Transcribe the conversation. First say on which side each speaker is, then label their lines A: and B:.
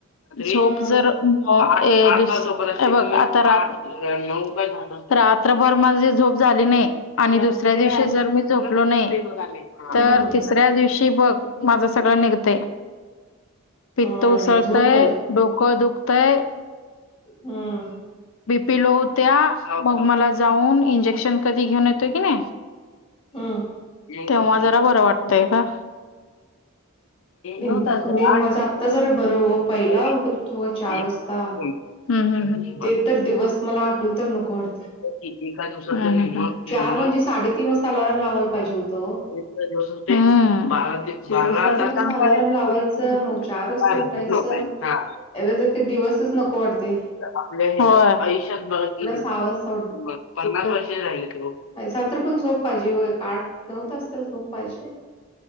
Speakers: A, on the left; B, on the left.
A: झोप
B: हम्म
A: जर हे बघ आता रात <unintelligible> रात्रभर माझी झोप झाली नाही आणि दुस तिसऱ्या
B: हम्म
A: दिवशी जर, मी झोपलो नाही
B: हम्म
A: तर तिसऱ्या दिवशी बघ. माझं सगळं निघतय पित्त
B: होय
A: उसळतय
B: होय झोप पाहिजे
A: डोकं दुखतय.
B: हम.
A: बी पी लो होत्या मग मला जाऊन इंजेक्शन कधी घेऊन येतोय की नाही
B: हम्म
A: तेव्हा जरा बरं वाटतंय ग.
B: इन-
A: नऊ तास
B: मी
A: आठ
B: माझं आत्ता
A: <unintelligible>
B: जरा बरं हो पहिला उठत होतो बघा चार वाजता
A: हम्म हम् हम्.
B: ते तर दिवस मला आठवू तर न कोड
A: एका दिवसाच निम्म निम्म
B: चार म्हणजे साडेतीन वाजता अलारम लावायला पाहिजे होतो.
A: हम्म. हा
B: साडेतीन वाजता अलार्म लावायचं
A: <unintelligible>
B: मग चार वाजता उठायचं आता तर ते दिवसचं नको वाटतोय.
A: आपल्या आयुष्यात बघा की
B: सहा वाजता
A: पन्नास वर्ष झाले की
B: काय झालं तरी पण झोप पाहिजे एक आठ नऊ तास झोप पाहिजे हो